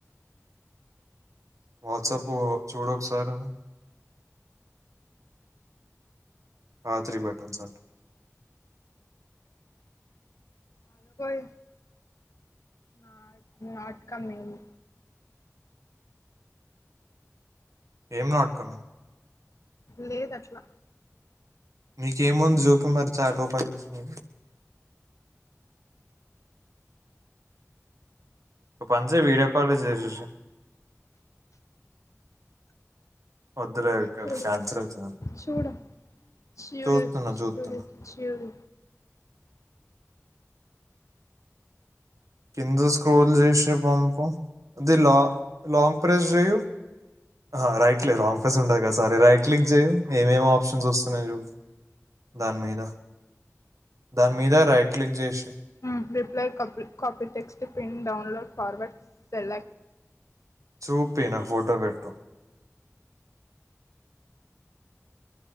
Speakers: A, on the right (about 80°); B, on the left (about 70°).
A: వాట్సాపు చూడు ఒకేసారి అను ఆ త్రి బటన్స్ అంటున్న
B: ఆగపొయ్ నాట్ నాట్ కమింగ్
A: ఏం నాట్ కమింగ్
B: లేదు అట్లా
A: మీకేముంది జూపి మరి చార్ట్ ఓపెన్ చేసి మరి ఓ పని చెయ్ వీడియోకాలే చేసేసెయ్ వద్దులే
B: సూడు
A: క్యాన్సిల్ అవుతుందని
B: చూడ చూడు
A: చూస్తున్నా చూస్తున్నా
B: చూడు చూడు
A: కింద స్క్రోల్ చేసి పంపు అది లా లాంగ్ ప్రెస్ చెయ్యు అహ రైట్ లేదు లాంగ్ ప్రెస్ ఉండదు కదా సారీ రైట్ క్లిక్ చేయు ఏమేమి ఆప్షన్స్ వస్తున్నాయి చూపు దాని మీద దాని మీద రైట్ క్లిక్ చేసి,
B: మ్ రిప్లై, కప్ copy text, pin download, forward, select
A: చూపి నాకు ఫోటో పెట్టు.